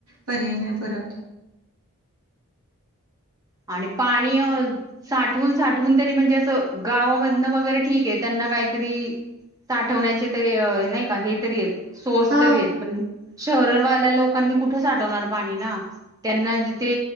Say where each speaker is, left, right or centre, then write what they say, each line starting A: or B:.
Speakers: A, on the right; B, on the right.
A: पर्याय नाय परत.
B: आणि, पाणी अ.. साठवून साठवून तरी म्हणजे असं गावामधनं वगैरे ठीक आहे. त्यांना कायतरी... साठवण्याचे तरी.. नै कां हे तरी आहेत. सोर्स
A: हा.
B: तरी आहेत. पण.. शहर वाल्या लोकांनी कुठं साठवणार पाणी ना, त्यांना तिथे..